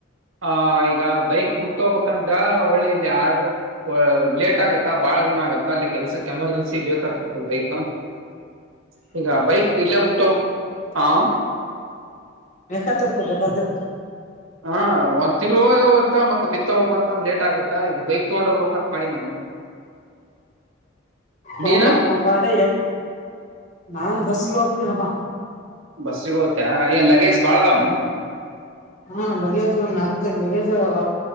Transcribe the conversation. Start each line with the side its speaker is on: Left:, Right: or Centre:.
Right: ಆ ಈಗ ಬೈಕ್ ಬಿಟ್ಟ ಹೋಗ್ಬೇಕಂದ್ರ ಒಳ್ಳೆ ಇಲ್ಲಿ ಆರ್ಡ್ರ ಲೇಟ್ ಆಗತ್ತ ಬಹಳ ದಿನ ಆಗತ್ತ ಅಲ್ಲಿ ಕೆಲ್ಸಕ್ಕೆ ಎಮರ್ಜೆನ್ಸಿ <unintelligible> ಸೀಕೀಯಾಕರ್ತದ ಬೈಕ್ <unintelligible> ಈಗ ಭೈ ಇಲ್ಲಬುಟ್ಟು ಹಾ
Left: ಬೇಕತಿರ್ತ ಬೇಕಾದರ್ತ
Right: ಹಾ ಒಂದ್ ತಿಂಗ್ ಹೋಗ ಹೋಗತ್ತಾ ಮತ್ತ ಬಿತ್ತ ಹೋಗ್ಂತಂದ ಲೇಟ್ ಆಗತ್ತಾ ಈಗ ಬೈಕ್ ತಗೊಂಡೋಗ್ರಂತ ಮಾಡಿ ನಾನು
Left: ತಂಬಾ
Right: ನೀನ
Left: ತೊಂಬ ಅದೇ ನಾನು ಬಸ್ ಶೋಗತಪ್ಪ
Right: ಬಸ್ಸಗ ಹೋತೆ ಏನ್ ಲಗೇಜ್ ಬಾಳ್ದಾವನ್
Left: ಹ್ಮ್ ಹಾ ಲಗೇಜ್ ಒಂದ್ ನಾಲ್ಕೈದು್ ಲಗೇಜ್ ಅದಾವ